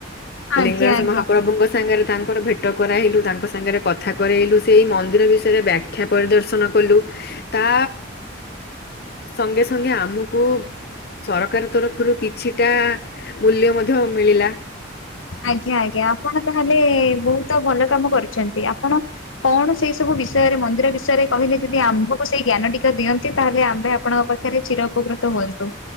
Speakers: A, on the left; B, on the left.
A: ଆଜ୍ଞା
B: ଲିଙ୍ଗରାଜ
A: ଆଜ୍ଞା।
B: ମହାପ୍ରଭୁଙ୍କ ସାଙ୍ଗେରେ ତାଙ୍କର ଭେଟ କରାଇଲୁ ତାଙ୍କ ସାଙ୍ଗେରେ କଥା କରେଇଲୁ ସେଇ ମନ୍ଦିର ବିଷୟରେ ବ୍ୟା ବ୍ୟାକ୍ଷା ପରିଦର୍ଶନ କଲୁ ତା ସଙ୍ଗେ ସଙ୍ଗେ ଆମକୁ ସରକାର ତରଫରୁ କିଛିଟା ମୂଲ୍ୟ ମଧ୍ୟ ମିଳିଲା।
A: ଆଜ୍ଞା ଆଜ୍ଞା ଆପଣ ତାହେଲେ ବୋହୁତ ଭଲ କାମ କରିଚନ୍ତି ଆପଣ କଣ ସେଇ ସବୁ ବିଷୟରେ ମନ୍ଦିର ବିଷୟରେ କହିଲି ଯେଦି ଆମ୍ଭକୁ ସେଇ ଜ୍ଞାନ ଟିକ ଦିଅନ୍ତି ତାହେଲେ ଆମ୍ଭେ ଆପଣଙ୍କ <unintelligible> ଠାରେ ଚୀରଉପକୃତ ହୁଅନ୍ତୁ।